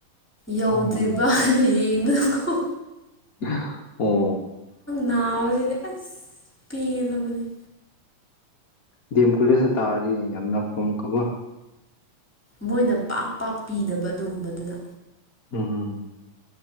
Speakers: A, in the centre; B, on the left (about 60°).
A: ꯌꯧꯗ꯭ꯔꯤꯕꯅ
B: ꯑꯣ
A: ꯌ‌ꯦꯡ <unintelligible> ꯀ‌ꯣ
B: <unintelligible> ꯑꯣ
A: ꯅꯥꯕꯁꯤꯗꯤ ꯑꯁ ꯄ‌ꯦꯜꯂꯕꯅꯦ
B: ꯗꯦꯝ ꯀ‌ꯣꯂ‌ꯦꯖꯇ ꯇꯥꯔꯗꯤ ꯌꯥꯝꯅ ꯀꯣꯝ ꯀꯕꯣ
A: ꯃꯣꯏꯅ ꯄꯥꯛ ꯄꯥꯛ ꯄꯤꯗꯕ ꯑꯗꯨꯒꯨꯝꯕꯗꯨꯗ
B: ꯎꯝ